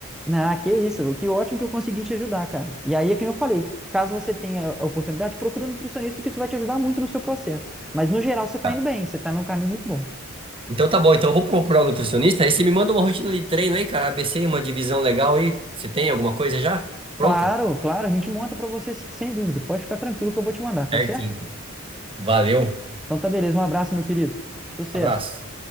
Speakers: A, in the centre; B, on the right.
A: Ah, que isso. Que ótimo que eu consegui te ajudar, cara. E aí é que eu falei, caso você tenha a oportunidade, procure um nutricionista que isso vai te ajudar muito no seu processo. Mas no geral você tá
B: Tá.
A: indo bem, você tá num caminho muito bom.
B: Então tá bom, então eu vou procurar um nutricionista. Aí você me manda uma rotina de treino aí, cara. ABC, uma divisão legal aí. Você tem alguma coisa já? Pronta?
A: Claro, claro, a gente monta pra você sim, sem dúvida. Pode ficar tranquilo que eu vou te mandar, tá
B: Certo,
A: certo?
B: então. Valeu.
A: Então tá beleza, um abraço, meu querido. Sucesso.
B: Abraço.